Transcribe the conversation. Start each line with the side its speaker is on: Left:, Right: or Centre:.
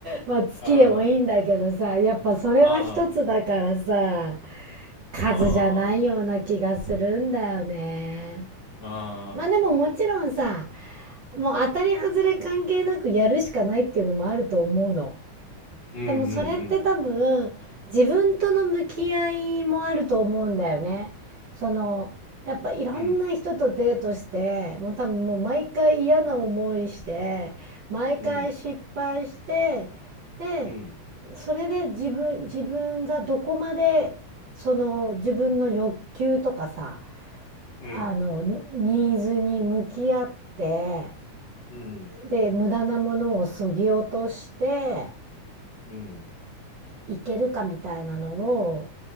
Right: まあ月でもいいんだけどさやっぱそれは一つだからさ
Left: <laughs> ああ、あ
Right: 数じゃないような気がするんだよね。
Left: あ、ああああ、
Right: まあでももちろんさもう当たり外れ関係なくやるしかないっていうのもあると思うの。
Left: うんうん
Right: でもそれって多分自分との向き合いもあると思うんだよね。そのやっぱいろんな人とデートしてもう多分もう毎回嫌な思いして毎回失敗して
Left: うん。うんうん
Right: で
Left: うん
Right: それで自分自分がどこまでその自分の欲求とかさ
Left: うん
Right: あのニーズに向き合って
Left: うん
Right: で無駄なものをそぎ落として
Left: うん。
Right: いけるかみたいなのを